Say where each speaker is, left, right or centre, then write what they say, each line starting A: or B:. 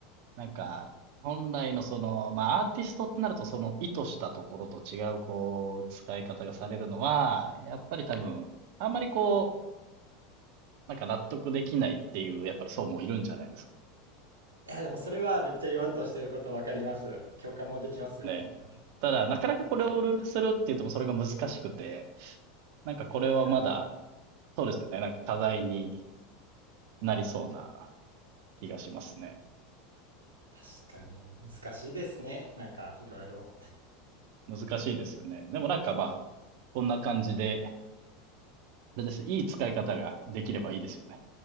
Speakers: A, on the right; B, on the right.
A: なんか、
B: はい。
A: 本来のその、まあ、アーティストってなると、その意図したところと違う、こう、使い方がされるのは、やっぱり多分、あんまりこう、なんか納得できないっていう、やっぱり層もいるんじゃないですかね。
B: いやでもそれはめっちゃ言わんとしていることわかります。共感もできますよ、
A: ね。
B: 本当に。
A: ただ、なかなかこれをルール化するって言ってもそれが難しくて、
B: はい。
A: なんかこれはまだ、
B: いや
A: そうですよね。なんか課題になりそうな気がしますね。
B: ー確かに難しいですね。なんかいろいろ。
A: 難しいですよね。でもなんかまあ、こんな感じで、あれですね、いい使い方ができればいいですよね。